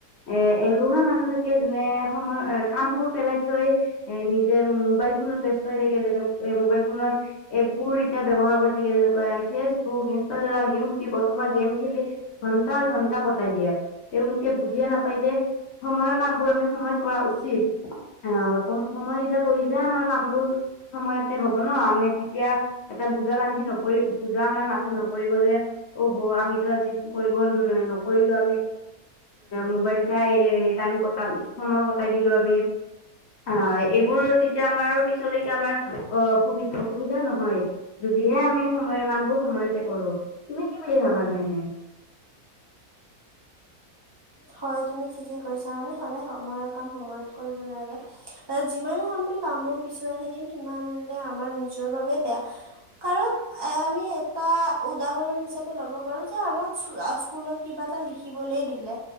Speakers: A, on the left; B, on the right.
A: কোৱা এ এলোহা মানুহ। যেতিয়া যোনে সময় এ কাম বোৰ পেলাই থৈ। এ নিজে মোবাইল ফোনত ব্যস্ত হৈ থাকে যেনে এ মোবাইল ফোনত এপ বোৰ এতিয়া ব্যয়ৱহাৰ কৰি থাকে যেনেকুৱা ফেচবুক, ইনষ্টাগ্ৰাম, ইউটিউব অথবা গেম। <unintelligible> ঘণ্টা ঘণ্টা। এটা কটাই দিয়ে। তেওঁলোকে বুজিয়ে নাপায় যে সময়ৰ কাম বোৰ আমি সময়ত কৰা উচিত, আহ সময়ত এতিয়া কৰি থাকিলেহে আমাৰ কাম বোৰ সময়তে হ'ব ন আমি তেতিয়া এটা বুজা বান্ধি নপৰি বুজা আমাৰ মাথাত নপৰিব যে, অহঃ আমিতো আজি কৰিব নকৰিলো আমি, মোবাইল চাই টাইম কটালো, সময় কটাই দিলো আমি, আহ এইবোৰ তেতিয়া আমাৰ পিছলৈকে আমাৰ অ সুবি অসুবিধা নহয়, যদিহে আমি সময়ৰ কাম বোৰ সময়তে কৰো, তুমি কি বুলি ভাবানো এনে?
B: হয় তুমি ঠিকে কৈছা আমি সদায় সময়ৰ কাম সময়ত কৰিব লাগে। যিমানে আমি। কামবোৰ পিছুৱাই থাকিম সিমানে আমাৰ নিজৰ বাবে। কাৰণ এ আমি এটা উদাহৰণ হিচাপে ল'ব পাৰো যে আমাক স্কুলত কিবা এটা লিখা লিখিবলৈ দিলে